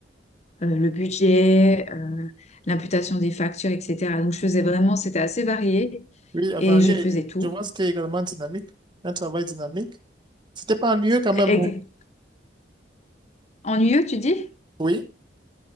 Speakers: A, on the left; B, on the right.
A: euh, le budget, euh, l'imputation des factures, etc. Donc, je faisais vraiment, c'était assez varié
B: Oui, à
A: et
B: varier.
A: je faisais tout.
B: Je vois que c'était également dynamique, un travail dynamique. C'était pas ennuyeux quand
A: Ex-
B: même. oh.
A: Ennuyeux, tu dis?
B: Oui,